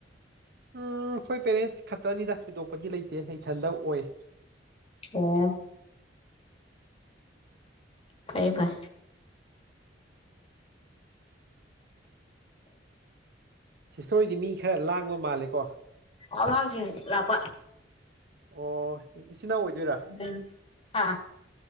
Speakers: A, on the right; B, on the left.
A: ꯎꯝ ꯑꯩꯈꯣꯏ ꯄꯦꯔꯦꯟꯁ ꯈꯛꯇꯅꯤꯗ ꯊꯣꯏꯗꯣꯛꯄꯗꯤ ꯂꯩꯇꯦ ꯏꯊꯟꯗ ꯑꯣꯏ
B: ꯑꯣ ꯐꯩꯌꯦ ꯐꯩ
A: ꯁꯤꯁꯇꯔꯍꯣꯏꯗꯤ ꯃꯤ ꯈꯔ ꯂꯥꯡꯕ ꯃꯥꯜꯂꯦꯀꯣ
B: ꯑꯉꯥꯡꯁꯤꯡ ꯂꯥꯛꯄ
A: ꯑꯣ ꯏ ꯏꯆꯤꯟꯅꯥꯎ ꯑꯣꯏꯗꯣꯏꯔꯥ
B: ꯗꯨꯅꯤ ꯍꯥ